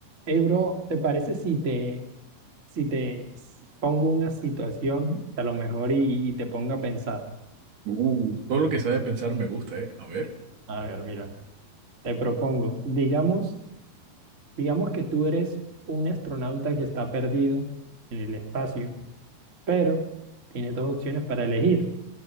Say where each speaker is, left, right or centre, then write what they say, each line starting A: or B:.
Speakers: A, on the right; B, on the right.
A: Hey, bro, ¿te parece si te, si te s- pongo una situación que a lo mejor y, y te ponga a pensar?
B: Uh, todo lo que sea de pensar me gusta, ¿eh? A ver.
A: A ver, mira, te propongo, digamos, digamos que tú eres un astronauta que está perdido en el espacio, pero tienes dos opciones para elegir.